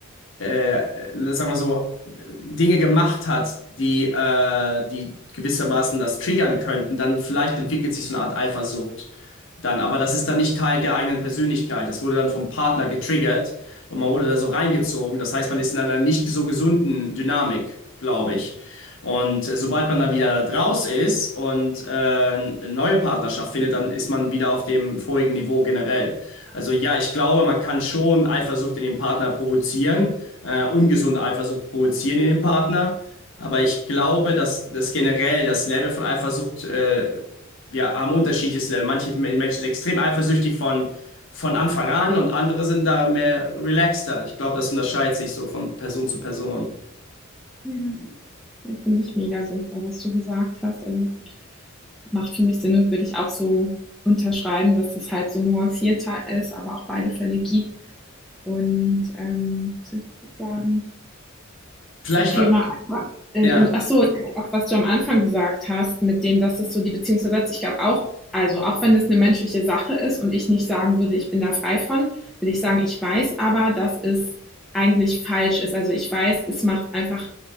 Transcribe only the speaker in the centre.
Ja. Ja, finde ich mega sinnvoll, was du gesagt hast. Also macht für mich Sinn und würde ich auch so unterschreiben, dass es halt so nuancierter ist, aber auch beide Fälle gibt. Und ähm, was soll ich gerade sagen?
Zum Thema
in,
in, ach so, was du am Anfang gesagt hast, mit dem, dass es so die Beziehung zersetzt. Ich glaube auch, also auch wenn das eine menschliche Sache ist und ich nicht sagen würde, ich bin da frei von, würde ich sagen, ich weiß aber, dass es eigentlich falsch ist. Also ich weiß, es macht einfach